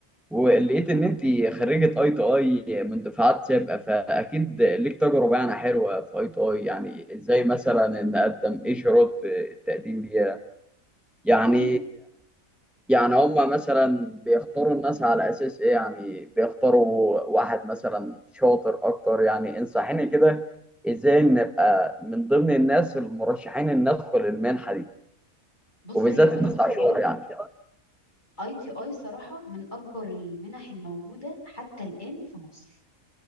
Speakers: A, in the centre; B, on the left.
A: ولقيت ان انت خريجه اي تي اي من دفعات سابقه فاكيد ليك تجربه يعني حلوه في اي تي اي يعني ازاي مثلا ان اقدم ايه شروط آه، التقديم ليها يعني
B: اي
A: يعني هم مثلا بيختاروا الناس على اساس ايه يعني بيختاروا واحد مثلا شاطر اكتر يعني انصحيني كده ازاي نبقى من ضمن الناس المرشحين ان ندخل المنحه دي
B: بص
A: وبالذات
B: هي
A: التسع
B: اي تي
A: شهور
B: اي
A: شهور يعني
B: اي تي اي صراحه من اكبر المنح الموجوده حتى الان في مصر